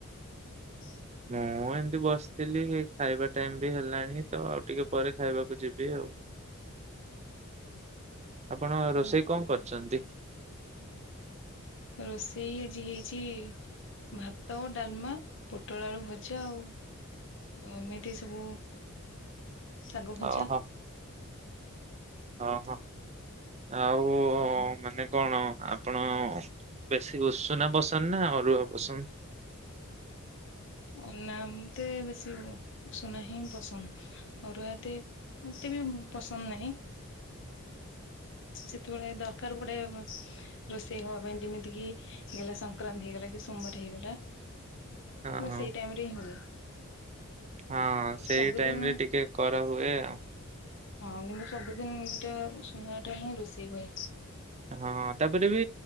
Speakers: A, on the left (about 60°); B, on the right (about 30°).
A: ହ
B: ମୁଁ ଏମିତି ବସିଥିଲି ଖାଇବା ଟାଇମ ବି ହେଲାଣି ତ ଆଉ ଟିକେ ପରେ ଖାଇବାକୁ ଯିବି ଆଉ। ଆପଣ
A: ହଁ
B: ରୋଷେଇ କଣ କରିଛନ୍ତି?
A: ରୋଷେଇ ଆଜି ହେଇଛି ଭାତ ଡାଲମା ପୋଟଳ ଆଳୁ ଭଜା ଆଉ। ଏମିତି ସବୁ ଶାଗ ଭଜା
B: ଓହୋ। ଓହୋ ଆଉ
A: ଏମିତି।
B: ମାନେ କଣ ଆପଣ ବେଶୀ ଉଷୁନା ପସନ୍ଦ ନା ଅରୁଆ ପସନ୍ଦ?
A: ଅନା ମତେ ବେଶୀ ଉ ଉସୁନା ହିଁ ପସନ୍ଦ। ଅରୁଆ ଏତେ ମତେ ବି ପସନ୍ଦ ନାହିଁ। ସେତେବେଳେ ଦରକାର ପଡେ ରୋଷେଇ ହବା ପାଇଁ ଯେମିତି କି ହେଇଗଲା ସଂକ୍ରାନ୍ତି ହେଇଗଲା କି ସୋମବାର ହେଇଗଲା
B: ହଁ
A: ସେଇ ଟାଇମ ରେ ହିଁ ହୁଏ।
B: ହଁ ସେଇ
A: ସବୁଦିନ
B: ଟାଇମ ରେ ଟିକେ କରା ହୁଏ ଆଉ।
A: ହଁ କିନ୍ତୁ ସବୁଦିନ ଏଟା ଉସୁନା ଟା ହିଁ ରୋଷେଇ ହୁଏ।
B: ହଁ ତାପରେ ବି